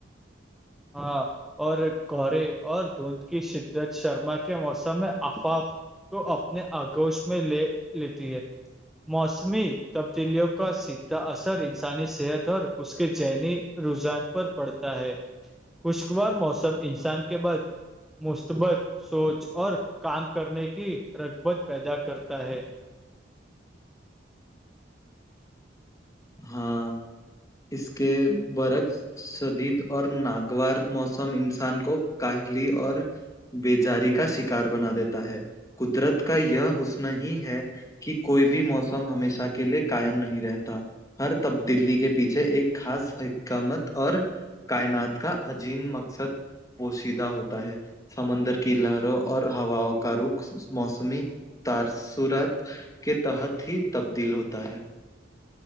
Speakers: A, in the centre; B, on the left (about 20°).
A: ہاں اور گرے اور دھند کی شدت شرما کے موسم میں آفاف کو اپنے آگوش میں لے لیتی ہے موسمی تبدیلیوں کا سیدھا اثر انسانی صحت اور اس کے ذہنی رجحان پر پڑتا ہے خوشگوار موسم انسان کے بعد مثبت سوچ اور کام کرنے کی رغبت پیدا کرتا ہے
B: ہاں اس کے برکس شدید اور ناگوار موسم انسان کو کاہلی اور بزاری کا شکار بنا دیتا ہے قدرت کا یہ حسن ہی ہے کہ کوئی بھی موسم ہمیشہ کے لیے قائم نہیں رہتا ہر تبدیلی کے پیچھے ایک خاص حکامت اور کائنات کا عظیم مقصد پوشیدہ ہوتا ہے سمندر کی لہروں اور ہواؤں کا رخ موسمی تاثرات کے تحت ہی تبدیل ہوتا ہے